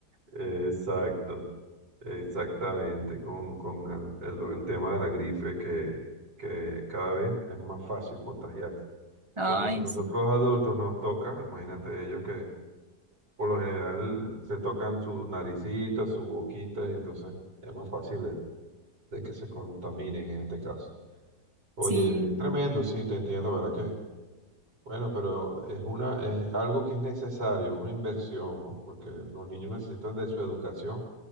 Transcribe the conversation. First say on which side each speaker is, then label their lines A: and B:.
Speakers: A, on the right; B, on the right.
A: Exacto, exactamente, con, con el, el- el tema de la gripe que, que cada vez es más fácil contagiarse.
B: Ay,
A: Porque si nosotros
B: sí,
A: adultos nos toca, imagínate ellos Por lo general se tocan su naricita, su boquita, y entonces es más fácil de, de que se contaminen en este caso. Oye,
B: sí,
A: es tremendo, sí, te entiendo, ¿verdad que? Bueno, pero es una, es algo que es necesario, es una inversión, ¿no? Porque los niños necesitan de su educación